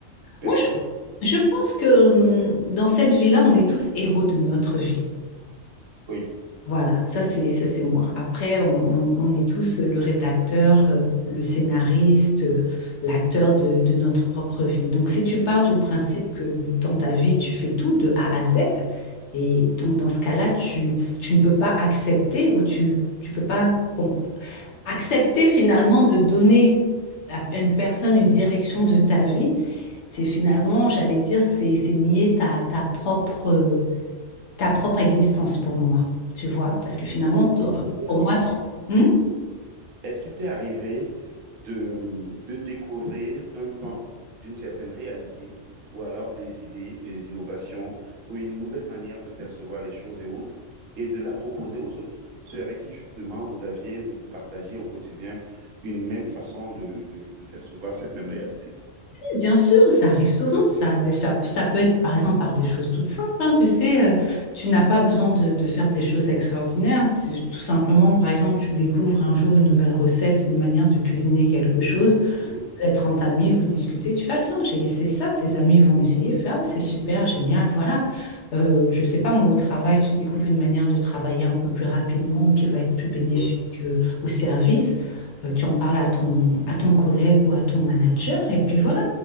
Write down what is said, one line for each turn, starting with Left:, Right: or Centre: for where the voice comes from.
Right: personnelle.
Left: Moi, Je pense que hum, dans cette vie-là, on est tous héros de notre vie.
Right: Oui.
Left: Voilà, ça c'est ça c'est moi. Après, on, on- on est tous euh, le rédacteur, euh, le scénariste, euh, l'acteur de, de notre propre vie. Donc, si tu pars du principe que dans ta vie, tu fais tout de A à Z, et donc dans ce cas-là, tu, tu ne peux pas accepter ou tu tu peux pas com- accepter finalement de donner à une personne une direction de ta vie, c'est finalement, j'allais dire, c'est c'est nier ta, ta propre, euh, ta propre existence pour moi, tu vois, parce que finalement, ton-
Right: Est-ce qu'il t'est
Left: pour
Right: arrivé
Left: moi, ton... Hmm?
Right: Est-ce qu'il t'est arrivé de, de découvrir un pan d'une certaine réalité ou alors des idées, des innovations ou une nouvelle manière de percevoir les choses et autres et de la proposer aux autres, ceux avec qui justement vous aviez ou vous partagez au quotidien une même façon de, de, de percevoir cette même réalité?
Left: Oui, Bien sûr, ça arrive souvent, ça, C'est- ça, ça peut être par exemple par des choses toutes simples, hein, tu sais, euh, tu n'as pas besoin de, de faire des choses extraordinaires, c'est tout simplement, par exemple, tu découvres un jour une nouvelle recette, une manière de cuisiner quelque chose,
Right: Oui,
Left: Vous êtes 30 amis, vous discutez, tu fais, ah, tiens, j'ai essayé ça, tes amis vont essayer, fais, ah, c'est super, génial, voilà. Euh, je sais pas, moi, au travail, tu découvres une manière de travailler un peu plus rapidement ou qui va être plus bénéfique
Right: oui.
Left: euh, au service. Euh, tu en parles à ton, à ton collègue ou à ton manager, et puis voilà.